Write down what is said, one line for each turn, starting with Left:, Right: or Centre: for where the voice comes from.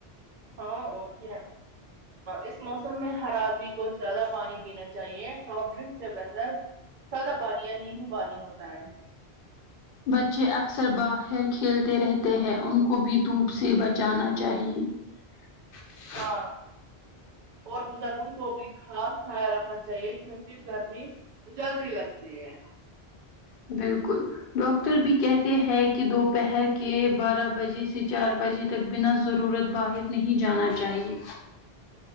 Right: ہاں اور کیا اس موسم میں ہر آدمی کو زیادہ پانی پینا چاہیے سافٹ ڈرنک سے بہتر سادہ پانی یا نیمبو پانی ہوتا ہے
Left: بچے اکثر باہر کھیلتے رہتے ہیں ان کو بھی دھوپ سے بچانا چاہیے <inaudible>
Right: ہاں اور بزرگوں کو بھی خاص خیال رکھنا چاہیے کیونکہ گرمی جلدی لگتی ہے
Left: بالکل ڈاکٹر بھی کہتے ہیں کہ دوپہر کے بارہ بجے سے چار بجے تک بنا ضرورت باہر نہیں جانا چاہیے